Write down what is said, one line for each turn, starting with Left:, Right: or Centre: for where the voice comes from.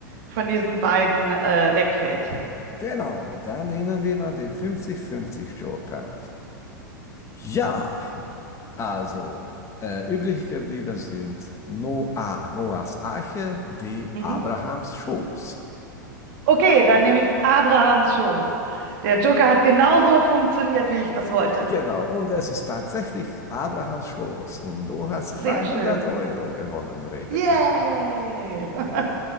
Right: von diesen beiden, äh, wegfällt.
Left: Genau, dann nehmen wir mal den fünfzig-fünfzig Joker. Ja. Also, äh, übrig geblieben sind no A, Noahs Arche, D,
Right: Mhm.
Left: Abrahams Schoß.
Right: Okay, dann nehme ich Abrahams Schoß. Der Joker hat genauso funktioniert, wie ich das wollte.
Left: Genau, und es ist tatsächlich Abrahams Schoß. Und du hast 300
Right: Sehr schön.
Left: Euro gewonnen, Rebecca.
Right: Yay! <laughs>